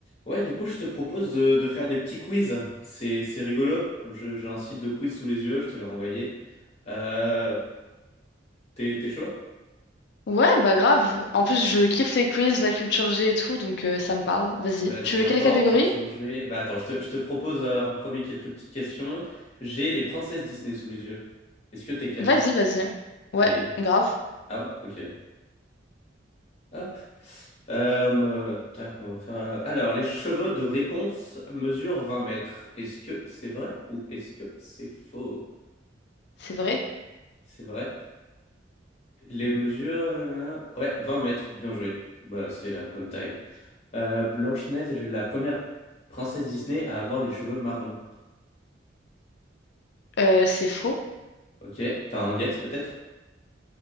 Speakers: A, on the left; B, on the left.
A: Ouais, du coup, je te propose de, de faire des petits quiz. C'est, c'est rigolo. Je- j'ai un site de quiz sous les yeux, je te l'ai envoyé. Euh, t'es, t'es chaud?
B: Ouais, bah grave. En plus, je kiffe les quiz, la culture G et tout, donc euh, ça me parle. Vas-y.
A: Vas-y,
B: Tu veux
A: en
B: quelle
A: parlant
B: catégorie?
A: de culture G, bah attends, je te, je te propose euh, en premier quelques petites questions. J'ai les princesses Disney sous les yeux. Est-ce que t'es calé?
B: Vas-y, vas-y.
A: Allez.
B: Ouais, grave.
A: Ah ouais? Ok. Hop. Euh, tac, on va faire... euh, Alors, les cheveux de réponse mesurent 20 mètres. Est-ce que c'est vrai ou est-ce que c'est faux?
B: C'est vrai.
A: C'est vrai? Les mesures, euh, ouais, 20 mètres, bien joué. Bah, c'est la bonne taille. Euh, Blanche-Neige est la première princesse Disney à avoir les cheveux marrons.
B: Euh, c'est faux.
A: Ok, t'as un guess peut-être?